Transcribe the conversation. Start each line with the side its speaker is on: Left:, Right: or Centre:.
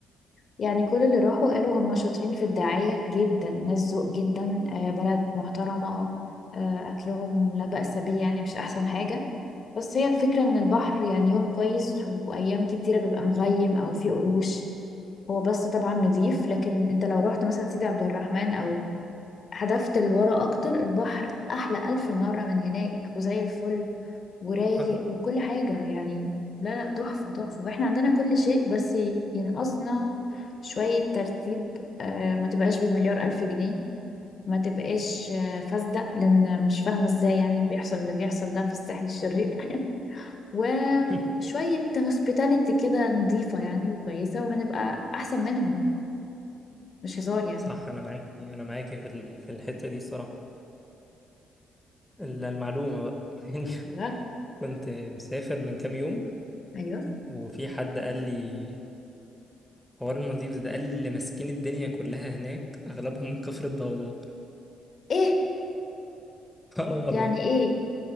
Left: يعني كل اللي راحوا قالوا هم شاطرين في الدعايه جدا ناس ذوق جدا آه بلد محترمه آه اكلهم لا بأس به يعني مش احسن حاجه بس هي الفكرة ان البحر يعني يوم كويس وايام كتيرة بيبقى مغيم او فيه قروش هو بس طبعا نضيف لكن انت لو رحت مثلا سيدي عبد الرحمن او هدفت لورا اكتر البحر احلى الف مرة من هناك وزي الفل ورايق
Centre: <laughs> صح
Left: وكل حاجة يعني لا لا تحفة تحفة واحنا عندنا كل شيء بس ينقصنا شوية ترتيب آه، ما تبقاش بمليار الف جنيه ما تبقاش آه، فاسدة لان مش فاهمة ازاي يعني بيحصل اللي بيحصل ده في الساحل الشرير وشوية
Centre: <laughs>
Left: هوسبيتاليتي كده نظيفة يعني وكويسة وهنبقى أحسن منهم مش هزار يعني
Centre: صح انا معاكي انا معاكي في ال- في الحتة دي الصراحة الا المعلومة بقى <laughs> يعني
Left: بجد؟
Centre: كنت مسافر من كام يوم
Left: أيوه
Centre: وفي حد قال لي حوار المالديفز ده قال لي اللي ماسكين الدنيا كلها هناك اغلبهم من كفر الدوار
Left: إيه
Centre: <laughs> اه والله
Left: يعني إيه